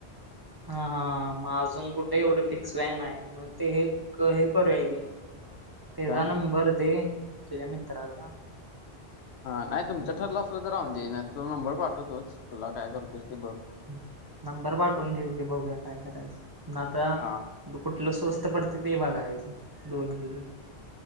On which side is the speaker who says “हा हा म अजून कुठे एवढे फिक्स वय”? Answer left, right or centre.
Right